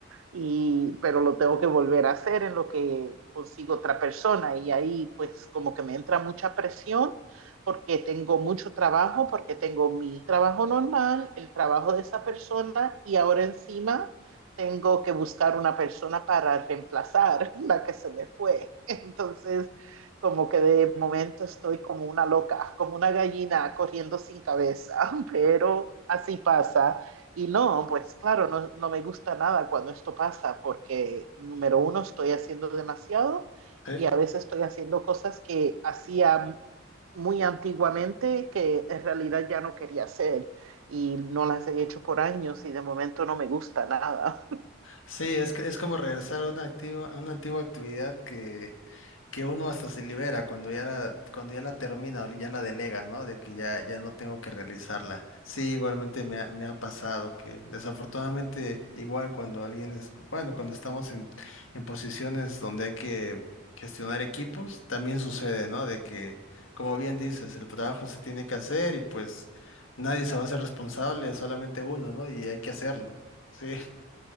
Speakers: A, on the right; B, on the left.
A: y, pero lo tengo que volver a hacer en lo que consigo otra persona y ahí pues como que me entra mucha presión porque tengo mucho trabajo, porque tengo mi trabajo normal, el trabajo de esa persona y ahora encima tengo que buscar una persona para reemplazar <laughs> la que se me fue. Entonces, como que de momento estoy como una loca, como una gallina corriendo sin cabeza, <laughs> pero así pasa. Y no, pues claro, no, no me gusta nada cuando esto pasa porque, número uno, estoy haciendo demasiado
B: Sí,
A: y a veces estoy haciendo cosas que hacía muy antiguamente que en realidad ya no quería hacer y no las he hecho por años y de momento no me gusta nada.
B: Sí, es, que- es como regresar a una, activa, a una antigua actividad que que uno hasta se libera cuando ya la, cuando ya la termina o ya la delega, ¿no? De que ya, ya no tengo que realizarla. Sí, igualmente me ha, me ha pasado que desafortunadamente igual cuando alguien es, bueno, cuando estamos en, en posiciones donde hay que gestionar equipos, también sucede, ¿no? De que, como bien dices, el trabajo se tiene que hacer y pues nadie se va a hacer responsable, solamente uno, ¿no? Y hay que hacerlo. Sí.